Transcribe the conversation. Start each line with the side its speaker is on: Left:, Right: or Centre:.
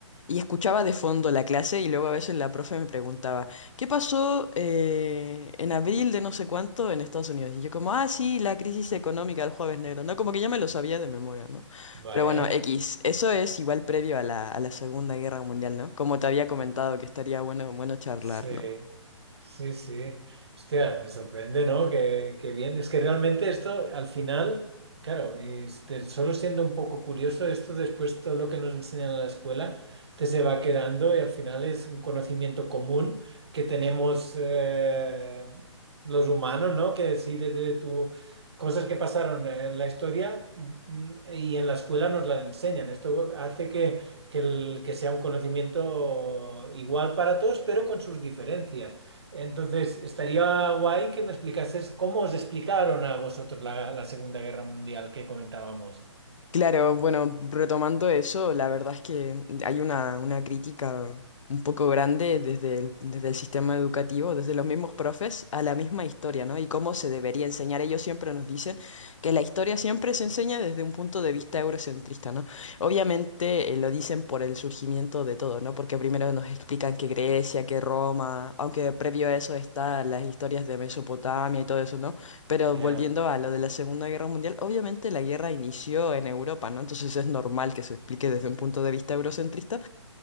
Left: Y escuchaba de fondo la clase y luego a veces la profe me preguntaba, ¿qué pasó eh, en abril de no sé cuánto en Estados Unidos? Y yo como, ah, sí, la crisis económica del jueves negro, ¿no? Como que ya me lo sabía de memoria, ¿no?
Right: Vaya.
Left: Pero bueno, X, eso es igual previo a la, a la Segunda Guerra Mundial, ¿no? Como te había comentado que estaría bueno, bueno charlar,
Right: Sí,
Left: ¿no?
Right: sí, sí. Hostia, me sorprende, ¿no? Que, que bien. Es que realmente esto, al final, claro, este, solo siendo un poco curioso, esto después todo lo que nos enseñan en la escuela te se va quedando y al final es un conocimiento común que tenemos eh, los humanos, ¿no? Que sí, desde tu... Cosas que pasaron en la historia mm, y en la escuela nos las enseñan. Esto hace que que, el- que sea un conocimiento igual para todos, pero con sus diferencias. Entonces, estaría guay que me explicases cómo os explicaron a vosotros la, la Segunda Guerra Mundial que comentábamos.
Left: Claro, bueno, retomando eso, la verdad es que hay una, una crítica un poco grande desde el, desde el sistema educativo, desde los mismos profes, a la misma historia, ¿no? Y cómo se debería enseñar. Ellos siempre nos dicen que la historia siempre se enseña desde un punto de vista eurocentrista, ¿no? Obviamente eh, lo dicen por el surgimiento de todo, ¿no? Porque primero nos explican que Grecia, que Roma, aunque previo a eso está las historias de Mesopotamia y todo eso, ¿no? Pero
Right: Ya,
Left: volviendo a lo de la Segunda Guerra Mundial, obviamente la guerra inició en Europa, ¿no? Entonces es normal que se explique desde un punto de vista eurocentrista.